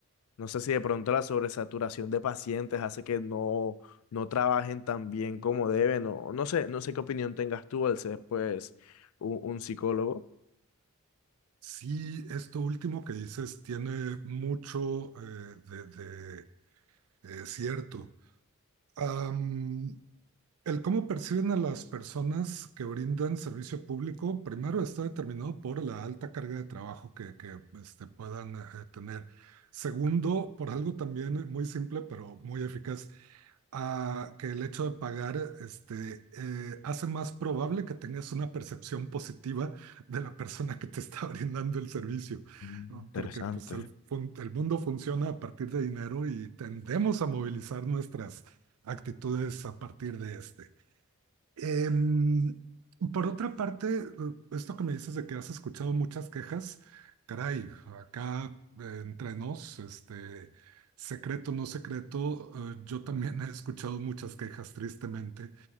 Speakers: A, on the left; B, on the right.
A: No sé si de pronto la sobresaturación de pacientes hace que no, no trabajen tan bien como deben, o no sé, no sé qué opinión tengas tú al ser pues un un psicólogo.
B: Sí, esto último que dices tiene mucho eh, de, de, eh, cierto. Am, El cómo perciben a las personas que brindan servicio público, primero está determinado por la alta carga de trabajo que, que, este, puedan eh, eh, tener. Segundo, por algo también muy simple, pero muy eficaz, ah, que el hecho de pagar este, eh, hace más probable que tengas una percepción positiva de la persona que te está <laughs> brindando el servicio,
A: Mm,
B: ¿no?
A: Interesante,
B: porque pues, el, fun- el mundo funciona a partir de dinero y tendemos a movilizar nuestras actitudes a partir de este. Em, por otra parte, eh, esto que me dices de que has escuchado muchas quejas, caray, acá eh, entre nos, este, secreto, no secreto, eh, yo también he escuchado muchas quejas, tristemente.